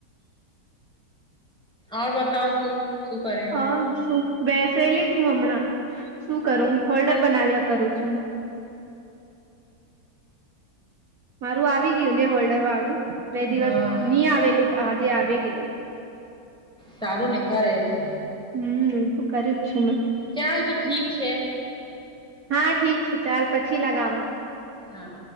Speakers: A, in the centre; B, on the right.
A: આવ બતાવ તું શું કરે.
B: હ શું બેસેલી છું હમણાં શું કરું હોલ્ડર બનાવ્યા કરું છું મારું આવી ગયું ને હોલ્ડર વાળું બે દિવસ
A: હા
B: ની આવેલું આજે આવી ગયું
A: સારું ને કરે તો
B: હમ એમ તો કરે જ છે ને
A: ચાલ તો ઠીક છે
B: હા ઠીક છે ચાલ પછી લગાવા
A: હા